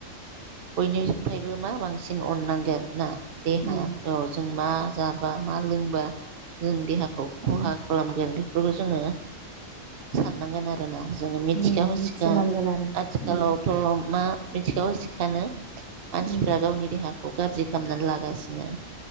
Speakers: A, on the right; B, on the right.
A: बयनिफ्रायबो मा बांसिन अननांगोन ना? देहाया
B: उम
A: औ जों मा जाबा मा लोंबा जों देहाखौ खहा
B: उम
A: खालामगोन बेफोरखौ जोङो साननांगोन आरो ना जोङो मिथिखा
B: उम
A: हसिखा
B: मिथिनांगोन आरो
A: आथिखालावथ
B: उम
A: मा मिथिखा हसिखानो
B: उम
A: मानसिफोरा गावनि देहा खौ गाज्रि खालामनानै लागासिनो